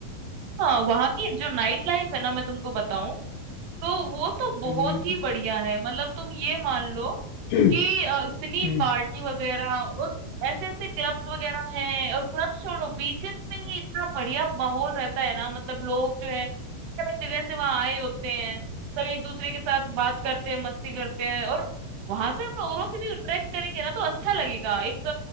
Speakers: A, on the right; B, on the left.
A: हाँ वहाँ की जो नाइट लाइफ है ना मैं तुमको बताऊं तो वो तो बहुत
B: हम्म,
A: ही बढ़िया है मतलब तुम ये मान लो
B: हम्म,
A: कि अ, इतनी
B: हम्म,
A: पार्टी वगैरह और ऐसे ऐसे क्लब्स वगैरह हैं और क्लब्स छोड़ो बीचेस पे ही इतना बढ़िया माहौल रहता है ना मतलब लोग जो है अलग जगह से वहां आए होते हैं सब एक दूसरे के साथ बात करते हैं मस्ती करते हैं और वहां पे हम औरों से भी इंटरेक्ट करेंगे ना तो अच्छा लगेगा एक